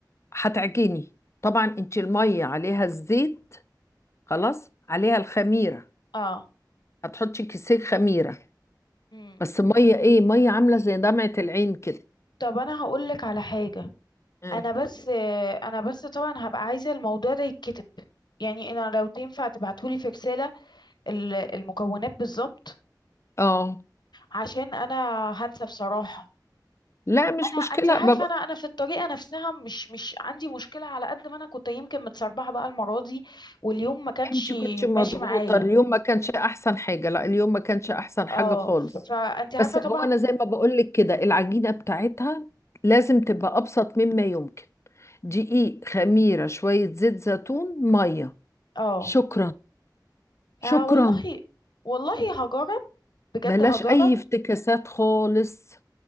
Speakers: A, on the left; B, on the left.
A: هتعجني طبعا انت الميه عليها الزيت خلاص عليها الخميره
B: اه
A: هتحطي كيسين خميره
B: امم
A: بس ميه ايه ميه عامله زي دمعه العين كده
B: طب أنا هقولك على حاجة
A: اه
B: انا بس انا بس طبعا هبقى عايزه الموضوع ده يتكتب يعني انا لو تنفع تبعتولي في رساله ال- المكونات بالظبط
A: آه.
B: عشان انا هنسى بصراحه
A: لا مش
B: انا
A: مشكله
B: انت عارفه
A: بابا
B: انا انا في الطريقه نفسها مش مش عندي مشكله على قد ما انا كنت يمكن متسربعه بقى المره دي واليوم ما كانش
A: انت كنت مضغوطه
B: ماشي معايا
A: اليوم ما كانش احسن حاجه لا اليوم ما كانش احسن حاجه
B: اه
A: خالص
B: فانت عارفه
A: بس هو
B: طبعا
A: انا زي ما بقول لك كده العجينه بتاعتها لازم تبقى ابسط مما يمكن دقيق خميره شويه زيت زيتون ميه
B: اه
A: شكرا شكرا
B: آه والله والله هجرب بجد
A: بلاش
B: هجرب
A: اي افتكاسات خالص